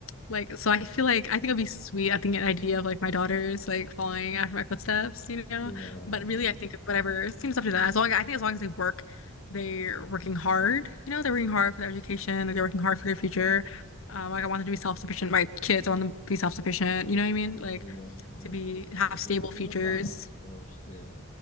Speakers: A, on the left; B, on the left.
A: Like, so I feel like I think it'd be sweet. I think an idea of like my daughters like following after my footsteps, you
B: Yeah.
A: know. But really, I think whatever
B: Yeah.
A: seems after that. As long I think as long as they work, they're working hard. You know, they're
B: Mm-hmm.
A: working hard for their education. Like they're working hard for their future. Um, like I want them to be self-sufficient. My kids, I want them to be self-sufficient. You
B: Yeah.
A: know what I mean? Like
B: You know,
A: to be
B: they'll,
A: have
B: they'll be
A: stable
B: able to
A: futures
B: look after themselves. Yeah.